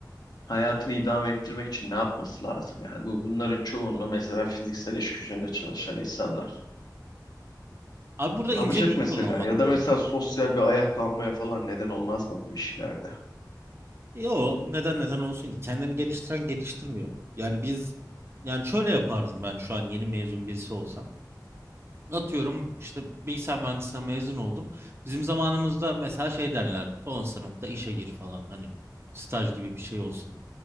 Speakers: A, on the left (about 65°); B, on the right (about 35°).
A: hayatını idame ettirmek için ne yapması lazım? Yani bu bunların çoğunluğu mesela fiziksel iş gücünde çalışan insanlar.
B: Abi burada
A: Yapacak
B: inceliği
A: mesela
B: kullanmak
A: ya
B: önemli.
A: da mesela sosyal bir ayaklanmaya falan neden olmaz mı bu işlerde?
B: Yo neden neden olsun ki? Kendini geliştiren geliştirmiyor. Yani biz yani şöyle yapardım ben şu an yeni mezun birisi olsam. Atıyorum işte bilgisayar mühendisliğinden mezun oldum. Bizim zamanımızda mesela şey derlerdi. Son sınıfta işe gir falan. Hani staj gibi bir şey olsun.